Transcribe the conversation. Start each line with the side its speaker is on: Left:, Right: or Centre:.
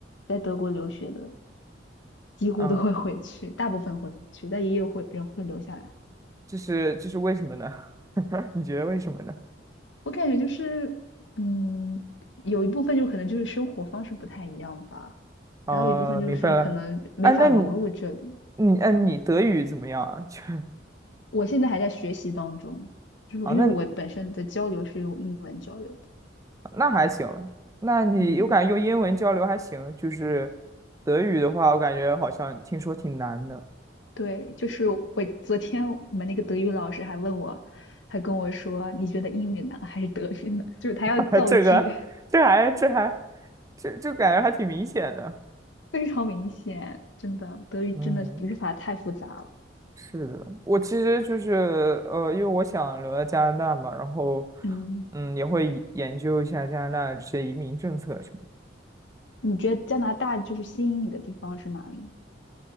Left: 在德国留学的几乎都会回去，
Right: 嗯。
Left: 大部分会回去，但也有会人会留下来。
Right: 这是这是为什么呢？<laughs> 你觉得为什么呢？
Left: 我感觉就是，嗯，有一部分就可能就是生活方式不太一样吧，
Right: 哦，
Left: 还有一部分就是可能没法融入这里。
Right: 明白了。哎，那你你哎，你德语怎么样啊？<laughs> 就
Left: 我现在还在学习当中，就是因为我本身的交流是用英文交流的。
Right: 啊，那那还行。那你我感觉用英文交流还行，
Left: 嗯，
Right: 就是德语的话，我感觉好像听说挺难的。
Left: 对，就是我昨天我们那个德语老师还问我，还跟我说，你觉得英语难还是德语难？<laughs> 就是他要造句，
Right: <laughs> 这个这还这还这这感觉还挺明显的。
Left: <laughs> 非常明显，真的，德语真的语法太复杂了。
Right: 嗯，是的，我其实就是呃，因为我想留在加拿大嘛，然后
Left: 嗯，
Right: 嗯，也会以研究一下加拿大的这些移民政策什么的
Left: 你觉得加拿大就是吸引你的地方是哪里？